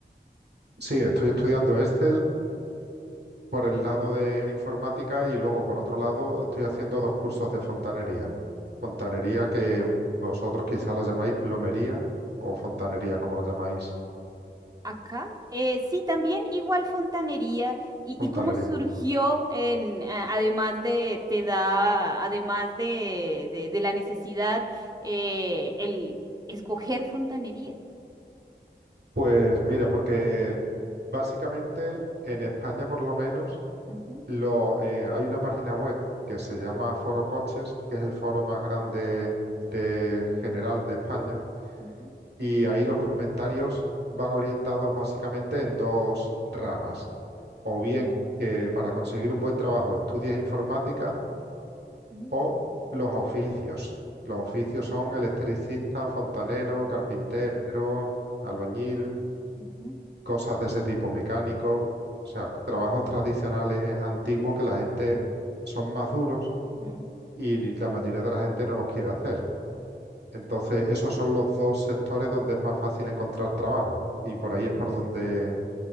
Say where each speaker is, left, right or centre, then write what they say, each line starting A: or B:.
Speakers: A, on the right; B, on the right.
A: Sí, estoy estudiando Excel por el lado de informática y luego por otro lado estoy haciendo dos cursos de fontanería. Fontanería que vosotros quizá lo llamáis plomería o fontanería, como lo llamáis,
B: Acá, eh, sí, también igual fontanería y,
A: fontanería.
B: y cómo surgió en, a- además de, te da, además de, de, de la necesidad, eh, el escoger fontanería.
A: Pues mira, porque básicamente en España por lo menos
B: Ujú,
A: Lo, eh, hay una página web que se llama Foro Coches, que es el foro más grande de general de España,
B: ujú,
A: y ahí los comentarios van orientados básicamente en dos ramas. O bien que para conseguir un buen trabajo estudies informática
B: ujú,
A: o los oficios. Los oficios son electricista, fontanero, carpintero, albañil,
B: ujú,
A: cosas de ese tipo, mecánico, o sea,
B: ujú,
A: trabajos tradicionales antiguos que la gente son más duros
B: ujú.
A: y la mayoría de la gente no los quiere hacer. Entonces, esos son los dos sectores donde es más fácil encontrar trabajo y por ahí es por donde